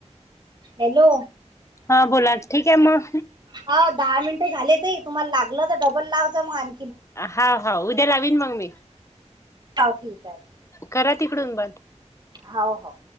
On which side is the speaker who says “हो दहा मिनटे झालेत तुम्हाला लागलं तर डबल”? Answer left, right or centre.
Right